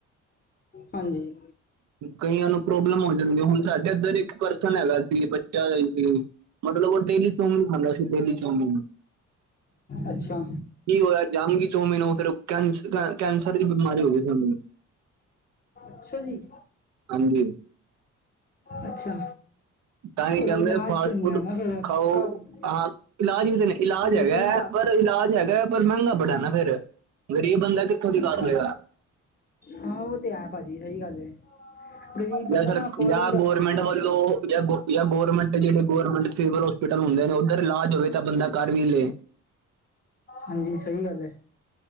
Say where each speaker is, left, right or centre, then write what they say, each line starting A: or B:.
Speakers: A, on the left; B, on the right.
A: ਹਾਂਜੀ।
B: ਕਈਆਂ ਨੂੰ ਪ੍ਰੋਬਲਮ ਹੋ ਜਾਂਦੀ ਹੁਣ ਸਾਡੇ ਇੱਧਰ ਇੱਕ ਪਰਸਨ ਹੈਗਾ ਸੀ ਬੱਚਾ ਸੀ। ਮਤਲਬ ਓਹ ਡੇਲੀ ਚੋਮਮੀਨ ਖਾਂਦਾ ਸੀ ਡੇਲੀ ਚੌਮਮੀਨ
A: ਅੱਛਾ।
B: ਕੀ ਹੋਇਆ ਜਮਗੀ ਉਹ ਮੈਨੂੰ ਫੇਰ ਕੈਂਸਰ ਦੀ ਬਿਮਾਰੀ ਹੋ ਗਈ ਮੈਂਨੂੰ
A: ਅੱਛਾ ਜੀ।
B: ਹਾਂਜੀ।
A: ਅੱਛਾ।
B: ਤਾਂ ਹੀ
A: ਉਹਦਾ
B: ਕਹਿੰਦੇ
A: ਇਲਾਜ
B: ਫਾਸਟ
A: ਤੇ ਨਹੀਂ
B: ਫੂਡ
A: ਆ ਨਾ ਫਿਰ,
B: ਖਾਓ
A: ਕਾਫੀ
B: ਹਾਂ ਇਲਾਜ ਵੀ ਦੇਣੇ ਇਲਾਜ ਹੈਗਾ
A: ਲੇਕਿਨ
B: ਹੈ
A: ਘਰ
B: ਪਰ ਇਲਾਜ ਹੈਗਾ ਹੈ ਪਰ ਮਹਿੰਗਾ ਬੜਾ ਨਾ ਫੇਰ ਗ਼ਰੀਬ ਬੰਦਾ ਕਿੱਥੋਂ ਦੀ ਕਰ
A: ਅੱਛਾ,
B: ਲਏ ਗਾ।
A: ਹਾਂ! ਉਹ ਤੇ ਐ ਭਾਜੀ ਸਹੀ ਗੱਲ, ਗ਼ਰੀਬ ਬੰਦਾ
B: ਜਾਂ ਸਰ
A: ਨਾ ਅਫੋਰਡ
B: ਜਾਂ
A: ਨਹੀਂ ਕਰ
B: ਗੌਰਮੈਂਟ
A: ਪਾਉਂਦਾ ਇਹ ਚੀਜ਼ਾਂ।
B: ਵੱਲੋਂ ਜਾਂ ਗੌਰਮੈਂਟ ਜਿਹੜੇ ਗੌਰਮੈਂਟ ਸਿਵਲ ਹੋਸਪੀਟਲ ਹੁੰਦੇ ਨੇ ਉੱਧਰ ਇਲਾਜ ਹੋਵੇ ਤਾਂ ਬੰਦਾ ਕਰ ਵੀ ਲਏ।
A: ਹਾਂਜੀ। ਸਹੀ ਗੱਲ ਹੈ।